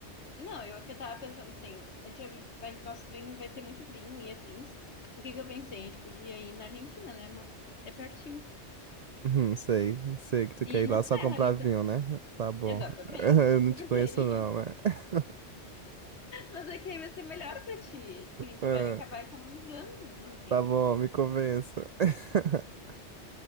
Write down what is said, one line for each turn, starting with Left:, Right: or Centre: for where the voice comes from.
Left: Não, eu que eu tava pensando assim, a gente vai, vai- nosso vinho vai ter muito vinho e afins. O que que eu pensei? A gente podia ir na Argentina, né, amor? É pertinho.
Right: Uhum, sei, sei que tu
Left: E
Right: quer ir
Left: na
Right: lá só
Left: serra
Right: comprar
Left: ali
Right: vinho,
Left: também.
Right: né? Tá bom.
Left: Exatamente.
Right: <laughs> Eu não
Left: <laughs> Porque
Right: te conheço
Left: aí,
Right: não, né? <laughs>
Left: mas é que aí vai ser melhor pra ti. Tipo, a gente
Right: Ah,
Left: vai acabar economizando nos vinhos.
Right: Tá bom, me convença. <laughs>